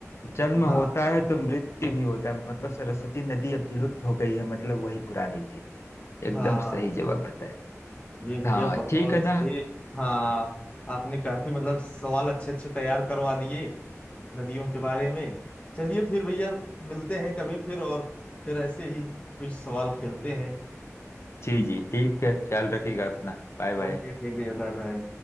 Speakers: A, on the left; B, on the left.
A: जन्म
B: हाँ
A: होता है तो मृत्यु भी होता है मतलब सरस्वती नदी अब विलुप्त हो गई है मतलब वही पुरानी थी एकदम
B: हाँ
A: सही जवाब बताया
B: ये भैया
A: हाँ
B: बहुत
A: ठीक है ना
B: सही हाँ आपने काफी मतलब सवाल अच्छे अच्छे तैयार करवा दिए नदियों के बारे में चलिए फिर भैया मिलते हैं कभी फिर और फिर ऐसे ही कुछ सवाल खेलते हैं
A: जी जी ठीक है ख्याल रखिएगा अपना बाय बाय
B: ओके ठीक भैया बाय बाय